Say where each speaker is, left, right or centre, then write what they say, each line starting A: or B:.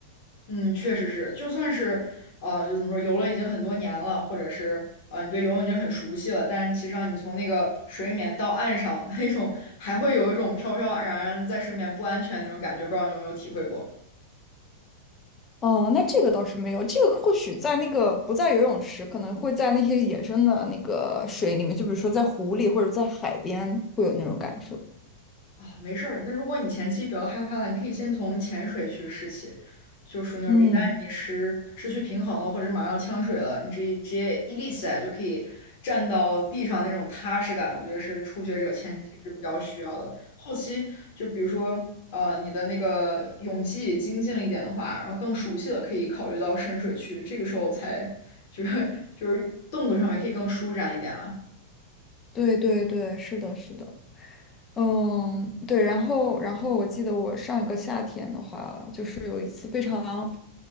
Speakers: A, on the left (about 55°); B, on the left (about 25°).
A: 嗯，确实是，就算是呃，就怎么说，游了已经很多年了，或者是呃，你对游泳已经很熟悉了，但是其实上你从那个水里面到岸上，那种还会有一种飘飘然然在水里面不安全的那种感觉，不知道你有没有体会过？
B: 哦，那这个倒是没有，这个或许在那个不在游泳池，可能会在那些野生的那个水里面，就比如说在湖里或者在海边，会有那种感受。
A: 啊，没事儿。那如果你前期比较害怕了，你可以先从潜水去试起，就属于那种一旦你失失去平衡了，
B: 嗯，
A: 或者马上呛水了，你直接直接一立起来就可以站到地上那种踏实感，我觉得是初学者前期是比较需要的。后期就比如说呃你的那个泳技精进了一点的话，然后更熟悉了，可以考虑到深水区，这个时候才就是 <laughs> 就是动作上面可以更舒展一点了，
B: 对对对，是的，是的。嗯，对，然后，然后我记得我上一个夏天的话，就是有一次非常、